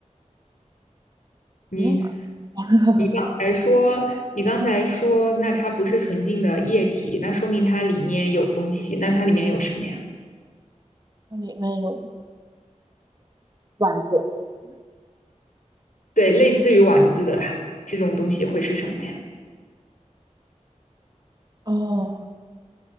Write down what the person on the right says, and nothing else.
银耳？<laughs>
它里面有丸子
哦，